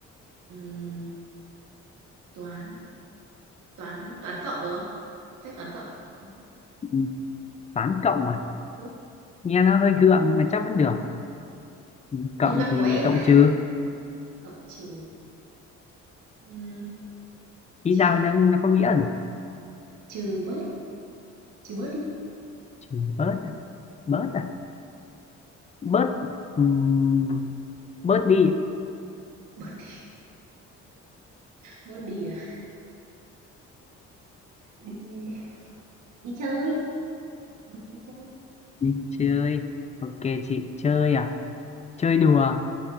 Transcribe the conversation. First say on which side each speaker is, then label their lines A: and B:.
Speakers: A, on the right (about 70°); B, on the left (about 25°).
A: ừm, toán Toán toán cộng được không? Phép toán cộng, toán cộng,
B: Ừ, toán cộng à
A: ừ,
B: nghe nó hơi gượng nhưng mà chắc vẫn
A: ờ,
B: được Ừ, cộng
A: thì luật
B: thì
A: của em
B: cộng
A: mà,
B: trừ
A: cộng trừ, ừm,
B: ý
A: trừ
B: ra nó, nó có nghĩa là được
A: trừ bớt, trừ bớt đi,
B: trừ bớt à? bớt à bớt ừm, bớt đi
A: bớt đi, bớt đi à? Đi đi chơi, đi chơi,
B: đi chơi ok chị chơi à chơi đùa